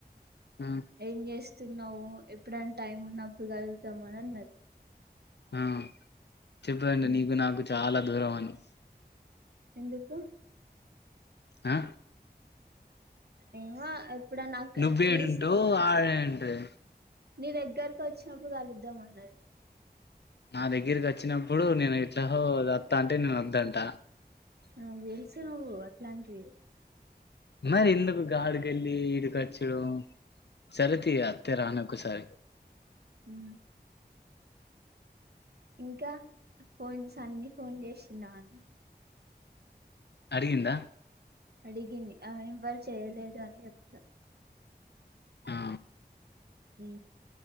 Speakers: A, on the left (about 85°); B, on the right (about 70°).
A: ఆ
B: ఏం చేస్తున్నావు ఎప్పుడనా టైం ఉన్నప్పుడు కలుద్దాం అని అన్నది
A: ఆ చెప్పదండి
B: ఉమ్
A: నీకు నాకు చాల దూరం అని
B: ఎందుకు
A: ఆ
B: ఏమో ఎప్పుడన్నా
A: నువ్వే ఏడుంటవ్
B: నీ
A: ఆడ ఏంటుది
B: మీ దగ్గరకు వచ్చినప్పుడు కలుద్దాం అన్నది
A: నా దగ్గరికి వచ్చినప్పుడు నేను ఇట్ల వత్తా అంటే నేను వద్దంట
B: ఆ <unintelligible> నవ్వు అట్లాంటివి
A: మరి ఎందుకు గాడికెల్లి ఈడు ర్చడం సరేతి అత్తే రానక్కసారి
B: ఉ ఇంకా <unintelligible> అన్న ఫోన్ చేసినాన
A: అడిగింద
B: అడిగింది ఆ ఇం వాళ చేయలేదు అని <unintelligible>
A: ఆ
B: ఉ